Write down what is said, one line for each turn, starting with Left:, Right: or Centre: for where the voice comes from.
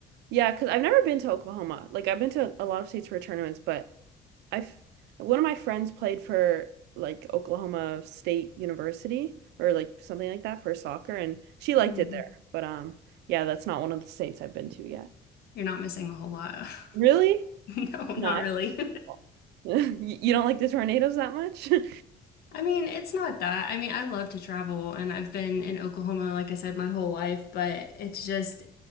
Right: Yeah, because I've never been to Oklahoma. Like I've been to a lot of states for tournaments, but I've one of my friends played for like Oklahoma State University or like something like that for soccer and she liked
Left: hmm
Right: it there. But um yeah, that's not one of the states I've been to yet.
Left: You're not missing a whole lot. <laughs>
Right: Really?
Left: No, not
Right: No, I
Left: really.
Right: <laughs> You you don't like the tornadoes that much? <laughs>
Left: <laughs> I mean, it's not that. I mean, I love to travel and I've been in Oklahoma, like I said, my whole life, but it's just